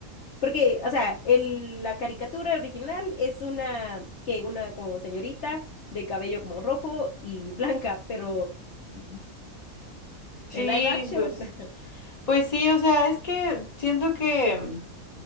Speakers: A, on the left (about 55°); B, on the left (about 30°).
A: Porque, o sea, el- la caricatura original es una, que una como señorita de cabello como rojo y blanca, pero <laughs>
B: Sí,
A: el live action
B: pues, pues sí, o sea, es que siento que